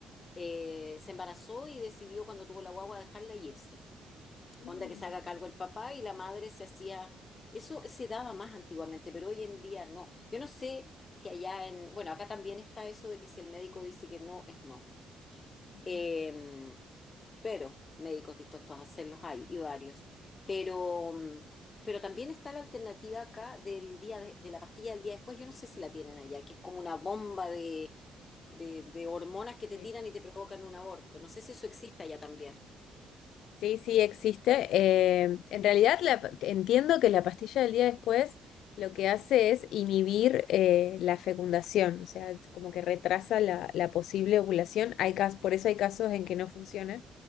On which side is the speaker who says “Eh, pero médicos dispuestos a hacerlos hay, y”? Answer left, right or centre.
Left